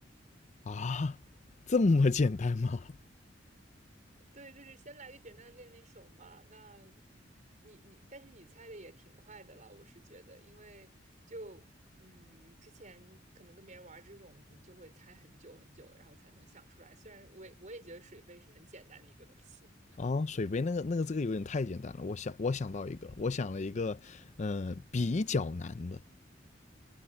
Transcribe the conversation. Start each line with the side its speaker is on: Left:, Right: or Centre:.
Left: 啊，这么简单吗？
Right: 对，就是先来个简单的练练手嘛。那你你，但是你猜的也挺快的了，我是觉得，因为就嗯，之前可能跟别人玩这种，就会猜很久很久，然后才能想出来。虽然我也我也觉得水杯是很简单的一个东西，
Left: 啊，水杯那个那个这个有点太简单了。我想我想到一个，我想了一个，呃，比较难的。